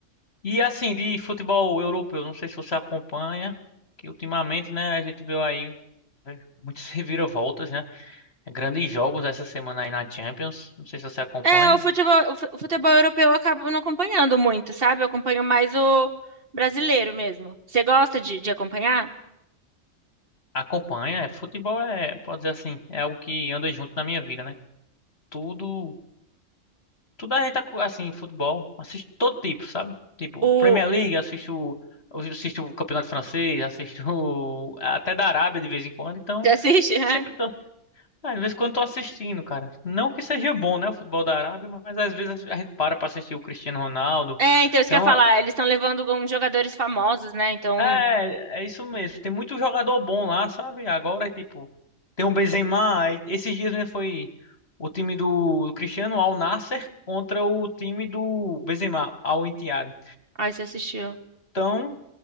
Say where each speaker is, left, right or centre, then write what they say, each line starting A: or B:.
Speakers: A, on the left; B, on the right.
A: assim, de futebol europeu, não sei se você acompanha, que ultimamente, né, a gente viu aí muitas <laughs> reviravoltas, né? Grandes jogos essa semana aí na Champions. Não sei se você acompanha.
B: É, o futebol, o fu- o futebol europeu eu acabo não acompanhando muito, sabe? Eu acompanho mais o brasileiro mesmo. Você gosta de, de acompanhar?
A: Acompanha, é, futebol é, pode dizer assim, é algo que anda junto na minha vida, né? Tudo, tudo a gente, acu- assim, futebol, assisto todo tipo, sabe? Tipo,
B: O...
A: Premier League, assisto, assisto o Campeonato Francês, assisto <laughs> até da Arábia de vez em quando, então...
B: Você assiste, <laughs> né?
A: Sempre Ah, Às vezes quando tô assistindo, cara. Não que seja bom, né, o futebol da Arábia, mas às vezes a gente para pra assistir o Cristiano Ronaldo.
B: É, então isso
A: Tem
B: que eu
A: uma...
B: ia falar, eles estão levando alguns jogadores famosos, né? Então,
A: É, é isso mesmo. Tem muito jogador bom lá, sabe? Agora, tipo, tem o Benzema. aí Esses dias, né, foi o time do, do Cristiano Al Nassr contra o time do Benzema, Al Ittihad.
B: aí você assistiu.
A: Então,